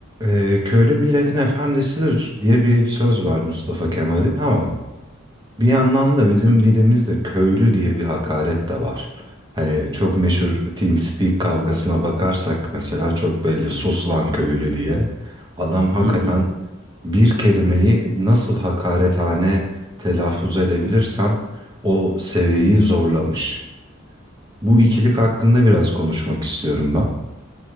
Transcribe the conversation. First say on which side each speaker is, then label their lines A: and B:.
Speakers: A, on the right; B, on the right.
A: Eee, köylü milletin efendisidir diye bir söz var Mustafa Kemal'in ama bir yandan da bizim
B: Hı
A: dilimizde köylü diye bir hakaret de var. Hani çok meşhur TeamSpeak kavgasına bakarsak mesela çok belli sus lan köylü diye. Adam hakikaten
B: hı. hı.
A: bir kelimeyi nasıl hakarethane telaffuz edebilirsen o seviyeyi zorlamış. Bu ikilik hakkında biraz konuşmak istiyorum ben.